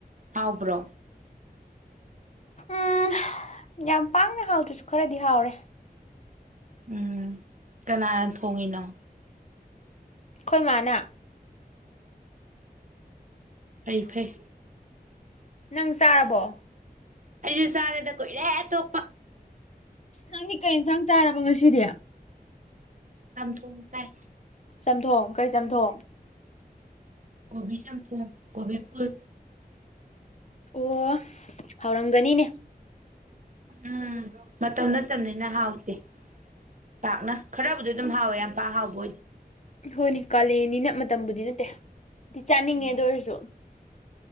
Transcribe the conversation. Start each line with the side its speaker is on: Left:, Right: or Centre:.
Right: ꯍꯥꯎꯕ꯭ꯔꯣ
Left: ꯎꯨꯝ ꯌꯥꯝ ꯄꯥꯛꯅ ꯍꯥꯎꯗ꯭ꯔꯁꯨ ꯈꯔꯗꯤ ꯍꯥꯎꯔꯦ
Right: ꯎꯨꯝ ꯀꯅꯥꯅ ꯊꯣꯡꯉꯤꯅꯣ
Left: ꯑꯈꯣꯏ ꯃꯥꯅ
Right: ꯐꯩ-ꯐꯩ
Left: ꯅꯪ ꯆꯥꯔꯕꯣ
Right: ꯑꯩꯗꯤ ꯆꯥꯔꯦꯗ ꯀꯨꯏꯔꯦ ꯇꯣꯛꯄ
Left: ꯅꯪꯗꯤ ꯀꯩ ꯏꯟꯁꯥꯡ ꯆꯥꯔꯕ ꯉꯁꯤꯗꯤ
Right: ꯆꯝꯊꯣꯡ ꯆꯥꯏ
Left: ꯆꯝꯊꯣꯡ ꯀꯔꯤ ꯆꯝꯊꯣꯡ
Right: ꯀꯣꯕꯤ ꯆꯝꯊꯣꯡ ꯀꯣꯕꯤ ꯐꯨꯜ
Left: ꯑꯣꯍ-ꯍꯥꯎꯔꯝꯒꯅꯤꯅꯦ
Right: ꯎꯝ ꯃꯇꯝ ꯅꯅꯤꯅ ꯍꯥꯎꯇꯦ ꯄꯥꯛꯅ ꯈꯔꯕꯨꯗꯤ ꯑꯗꯨꯝ ꯍꯥꯎꯋꯦ ꯌꯥꯝ ꯄꯥꯛ ꯍꯥꯎꯕ ꯑꯣꯏꯗꯦ
Left: ꯍꯣꯏꯅꯦ ꯀꯥꯂꯦꯟꯅꯤꯅ ꯃꯇꯝꯕꯨꯗꯤ ꯅꯠꯇꯦ ꯑꯗꯨ ꯆꯥꯅꯤꯡꯉꯦ
Right: ꯎꯝ
Left: ꯑꯥꯗꯨꯑꯣꯏꯔꯁꯨ